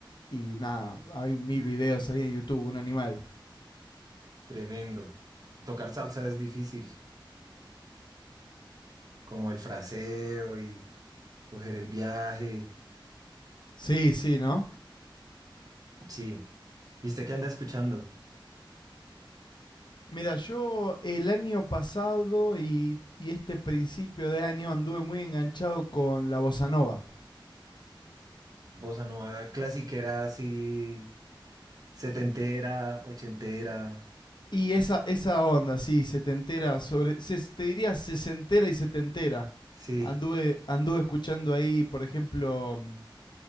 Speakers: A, on the left (about 60°); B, on the right (about 45°).
A: Y nada, hay mil videos ahí en YouTube, un animal.
B: tremendo. Tocar salsa es difícil, como el fraseo y coger el viaje.
A: Sí, sí, ¿no?
B: Sí, ¿Y usted qué anda escuchando?
A: Mira, yo el año pasado y, y este principio de año anduve muy enganchado con la bossa nova.
B: Bossa nova clasiquera, así, setentera, ochentera.
A: Y esa, esa onda, sí, se te entera sobre. Se, te diría sesentera y setentera.
B: Sí,
A: Anduve, anduve escuchando ahí, por ejemplo, mm,